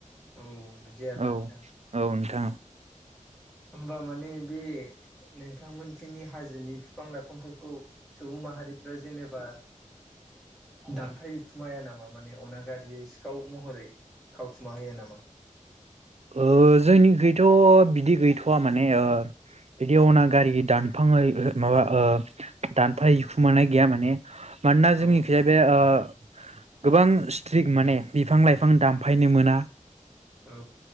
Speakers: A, in the centre; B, on the right.
A: औ बिदि आरोना
B: औ
A: नोंथां।
B: औ नोंथां।
A: होमबा माने बे नोंथांमोनथिंनि हाजो जोनि फिफां लाइफांफोरखौ सुबुं माहारिफ्रा जेनेबा दानफाय खुमाया नामा माने अनागारियै सिखाव महरै खावखुमा हैया नामा?
B: ओ जोंनि गैथ' बिदि गैथ'वा माने ओ बिदि अनागारि दानफां माबा ओ दानफाय हैखुमनाय गैया माने मानोना
A: औ
B: जोंनि खैया बे ओ गोबां स्ट्रिक माने बिफा-लाइफां दामफायनो मोना
A: औ